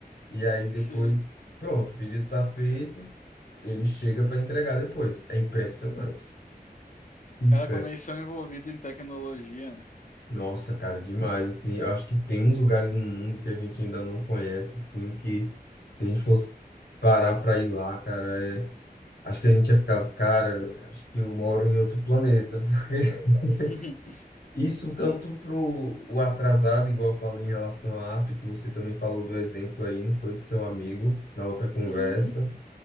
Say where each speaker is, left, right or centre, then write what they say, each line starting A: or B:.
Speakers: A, on the left; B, on the left.
A: E aí depois,
B: Sim.
A: pronto, o pedido tá feito, ele chega para entregar depois. É impressionante. Impress-
B: Cada comissão envolvida em tecnologia, né?
A: Nossa, cara, demais, assim, eu acho que tem uns lugares no mundo que a gente ainda não conhece, assim, que se a gente fosse parar para ir lá, cara, é Acho que a gente ia ficar, cara, acho que eu moro em outro planeta, porque
B: <laughs> Uhum.
A: <laughs> isso tanto pro o atrasado, igual eu falei em relação à África, você também falou do exemplo aí, não foi do seu amigo, na outra conversa,
B: Uhum.